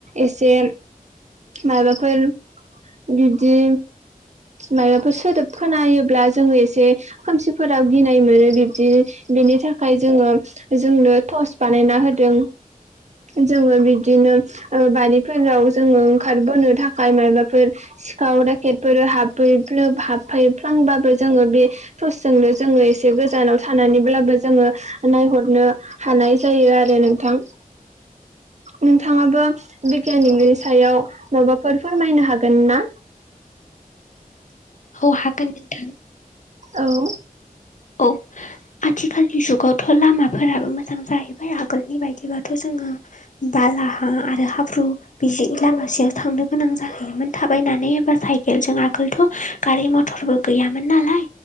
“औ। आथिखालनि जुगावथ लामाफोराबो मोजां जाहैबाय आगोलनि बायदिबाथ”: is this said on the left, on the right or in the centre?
Left